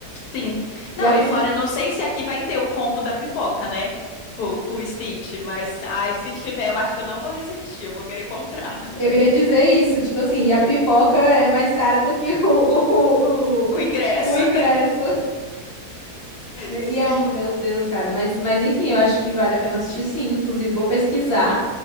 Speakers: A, on the left (about 75°); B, on the left (about 20°).
A: sim. Não,
B: E a
A: e
B: pipoca.
A: fora, eu não sei se aqui vai ter o combo da pipoca, né? Com, com o Stitch, mas ai, se tiver, eu acho que eu não vou resistir, eu vou querer comprar
B: Eu ia dizer isso, tipo assim, e a pipoca é mais cara do que <laughs> o, o, o,
A: <laughs> o ingresso.
B: o ingresso. Me-
A: Sim.
B: E é um, meu Deus, cara, mas, mas enfim, eu acho que vale a pena assistir sim. Inclusive, vou pesquisar,